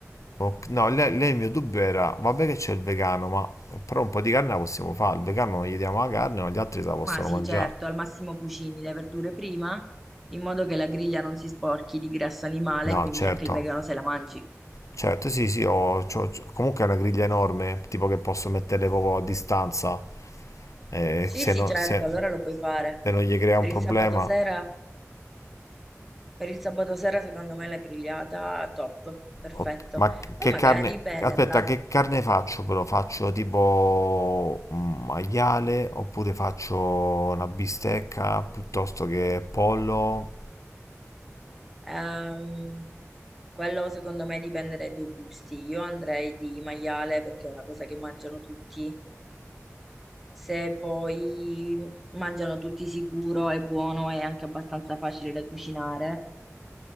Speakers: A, on the left; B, in the centre.
A: ok- no, lei, lei il mio dubbio era, vabbè che c'è il vegano, ma però un po' di carne la possiamo fare. Il vegano non gli diamo la carne, ma gli altri se la possono
B: Ma sì,
A: mangiare.
B: certo, al massimo cucini le verdure prima, in modo che la griglia non si sporchi di grasso animale,
A: No,
B: quindi
A: certo.
B: anche il vegano se la mangi.
A: Certo, sì, sì, ho, c'ho- c'ho- comunque è una griglia enorme, tipo che posso metterle proprio a distanza, eh,
B: Sì,
A: se,
B: sì,
A: no-
B: certo,
A: se-
B: allora lo puoi fare.
A: se non gli crea
B: Per
A: un problema.
B: il sabato sera, per il sabato sera secondo me la grigliata top, perfetto.
A: Ok, Ma
B: Poi
A: che
B: magari
A: carne,
B: per
A: aspetta,
B: la...
A: che carne faccio però? Faccio tipo un maiale oppure faccio una bistecca piuttosto che pollo?
B: Ehm, Quello secondo me dipende dai tuoi gusti. Io andrei di maiale perché è una cosa che mangiano tutti. Se poi mangiano tutti sicuro, è buono e anche abbastanza facile da cucinare.